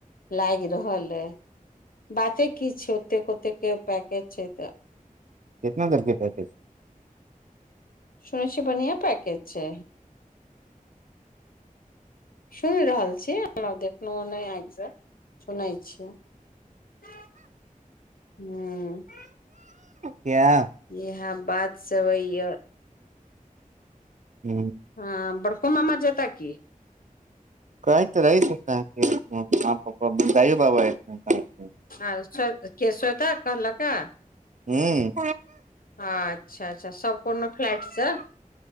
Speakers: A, on the left (about 80°); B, on the right (about 60°).
A: लागि रहल अइ, बाते की छै ओतेक ओतेकके पैकेज छै तऽ।
B: कितना देलकै पैकेज
A: सुनेै छी बढ़िआँ पैकेज छै, सुन रहल छी देखल नहिज् सुनै छियै, ह्म्म
B: क्या
A: ये हम बात सेवै्या
B: ह
A: ह बड़को मामा जोता की।
B: कहैत तऽ रहि हम अहाँके माँ पप्पा दाई बाबा एथिन ने
A: आर के श्वेता कहलक हन
B: ह
A: अच्छा अच्छा अच्छा सम्पूर्ण फ्लैटसे